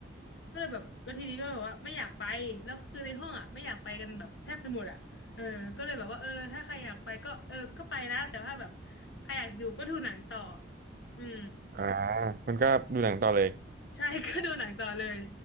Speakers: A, on the left (about 70°); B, on the right (about 45°).
A: ก็เลยแบบแล้วทีนี้ก็แบบว่าไม่อยากไปแล้วคือในห้องอ่ะไม่อยากไปกันแบบแทบจะหมดอ่ะเออก็เลยแบบว่าเออถ้าใครอยากไปก็เออก็ไปนะแต่ว่าแบบใครอยากอยู่ก็ดูหนังต่ออืม
B: อ่ามันก็ดูหนังต่อเลย
A: ใช่ <laughs> ก็ดูหนังต่อเลย